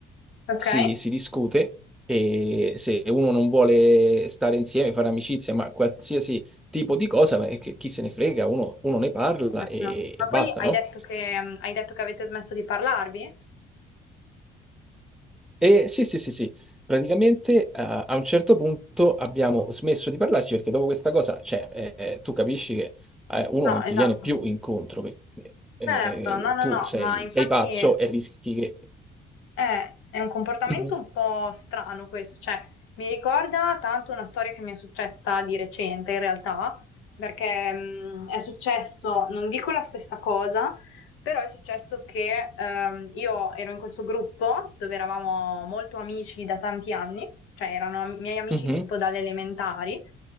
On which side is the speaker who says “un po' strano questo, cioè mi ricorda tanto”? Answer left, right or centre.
Left